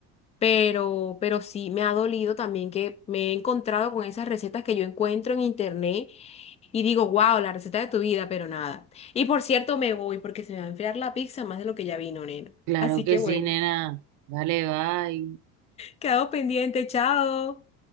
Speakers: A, on the left (about 15°); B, on the right (about 45°).
A: Pero, pero sí me ha dolido también que me he encontrado con esas recetas que yo encuentro en internet y digo, wow, la receta de tu vida, pero nada. Y por cierto, me voy porque se me va a enfriar la pizza más de lo que ya vino, nena.
B: claro
A: Así
B: que
A: que
B: sí,
A: bueno,
B: nena. Dale, bye.
A: quedado pendiente, chao.